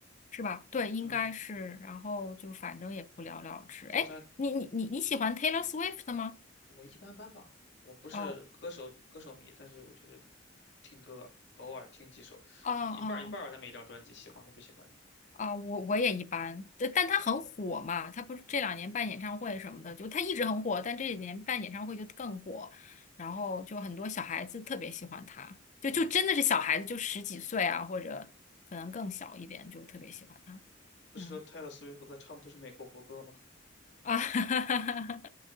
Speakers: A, on the left; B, on the left.
A: 是吧？对，应该是，
B: 嗯，
A: 然后就反正也不了了之。
B: 对她，
A: 哎，你你你你喜欢 Taylor Swift 吗？
B: 我一般般吧。我不是歌手歌手迷，
A: 哦
B: 但是我就是听歌，偶尔听几首，
A: 哦哦。
B: 一一半儿一半儿吧。他每一张专辑喜欢和不喜欢的。
A: 啊，我我也一般，但但他很火嘛，他不是这两年办演唱会什么的，就他一直很火，但这几年办演唱会就更火，然后就很多小孩子特别喜欢他，就就真的是小孩子，
B: 啊，
A: 就十几岁啊，或者可能更小一点，就特别喜欢他。
B: 不是说泰勒·
A: 嗯
B: 斯威夫特唱的都是美国国歌吗？
A: 啊，<laughs>